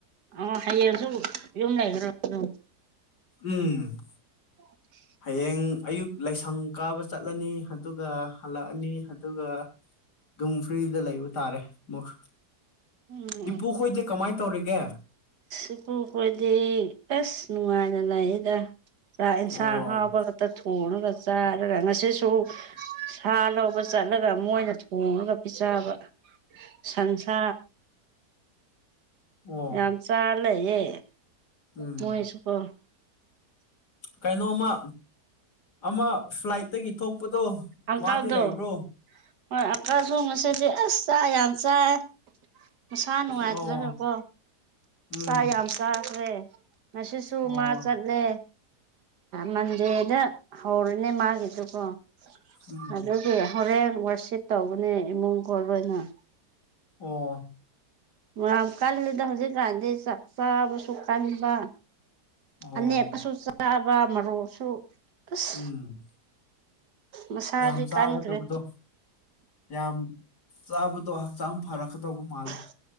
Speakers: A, on the right; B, on the left.
A: ꯑꯣ ꯍꯌꯦꯡꯁꯨ ꯌꯨꯝ ꯂꯩꯒꯗ꯭ꯔꯣ
B: ꯎꯝ
A: <inaudible>
B: ꯍꯌꯦꯡ ꯑꯌꯨꯛ ꯂꯥꯏꯁꯪ ꯀꯥꯕ ꯆꯠꯂꯅꯤ ꯑꯗꯨꯒ ꯍꯜꯂꯛꯑꯅꯤ ꯑꯗꯨꯒ ꯗꯨꯝ ꯐ꯭ꯔꯤꯗ ꯂꯩꯕ ꯇꯥꯔꯦ ꯑꯃꯨꯛ
A: ꯎꯝ ꯎꯝ
B: ꯏꯄꯨ ꯈꯣꯏꯗꯤ ꯀꯃꯥꯏꯅ ꯇꯧꯔꯤꯒꯦ
A: ꯏꯄꯨ ꯈꯣꯏꯗꯤ ꯑꯁ ꯅꯨꯡꯉꯥꯏꯅ ꯂꯩꯌꯦꯗꯥ ꯆꯥꯛ
B: ꯑꯣ
A: ꯌꯦꯟꯁꯥꯡ ꯍꯥꯎꯕꯥ ꯈꯛꯇ ꯊꯣꯡꯉꯒ ꯆꯥꯏꯔꯒ ꯉꯁꯤꯁꯨ ꯁꯥ ꯂꯧꯕ ꯆꯠꯂꯒ ꯃꯣꯏꯅ ꯊꯣꯡꯉꯒ ꯄꯤꯖꯕ ꯁꯟꯁꯥ
B: ꯑꯣ
A: ꯌꯥꯝ ꯆꯥ ꯂꯩꯌꯦ
B: ꯎꯝ
A: ꯃꯣꯏꯁꯨꯀꯣ
B: ꯀꯩꯅꯣꯃ ꯑꯃ ꯐ꯭ꯂꯥꯏꯠꯇꯒꯤ ꯊꯣꯛꯄꯗꯣ
A: ꯑꯪꯀꯜꯗꯣ
B: ꯃꯥꯗꯤ ꯂꯩꯕ꯭ꯔꯣ
A: ꯍꯣꯏ ꯑꯪꯀꯜꯁꯨ ꯉꯁꯤꯗꯤ ꯑꯁ ꯆꯥꯛ ꯌꯥꯝ ꯆꯥꯏ ꯃꯁꯥ ꯅꯨꯡꯉꯥꯏꯇ꯭ꯔꯒꯀꯣ
B: ꯑꯣ ꯎꯝ
A: ꯆꯥꯛ ꯌꯥꯝ ꯆꯥꯈ꯭ꯔꯦ ꯃꯁꯤꯁꯨ
B: ꯑꯣ
A: ꯃꯥ ꯆꯠꯂꯦ ꯃꯟꯗꯦꯗ ꯍꯧꯔꯅꯦ ꯃꯥꯒꯤꯗꯨ ꯀꯣ
B: ꯎꯝ
A: ꯑꯗꯨ ꯍꯣꯔꯦꯟ ꯋꯥꯔꯁꯤꯠ ꯇꯧꯕꯅꯦ ꯏꯃꯨꯡꯒꯣꯢ ꯂꯣꯏꯅ
B: ꯑꯣ
A: ꯌꯥꯝ ꯀꯜꯂꯤꯗ ꯍꯧꯖꯤꯛꯀꯥꯟꯗꯤ ꯆꯥꯛ ꯆꯥꯕꯁꯨ ꯀꯟꯕ
B: ꯑꯣ
A: ꯑꯃꯦꯠꯄꯁꯨ ꯆꯥꯕ ꯃꯔꯣꯛꯁꯨ ꯑꯁ
B: ꯎꯝ
A: ꯃꯁꯥꯗꯤ
B: ꯌꯥꯝ ꯆꯥꯔꯥ
A: ꯀꯟꯈ꯭ꯔꯦ
B: ꯇꯧꯕꯗꯣ ꯌꯥꯝ ꯆꯥꯕꯗꯣ ꯍꯛꯆꯥꯡ ꯐꯔꯛꯀꯗꯧꯕ ꯃꯥꯜꯂꯦ
A: <unintelligible>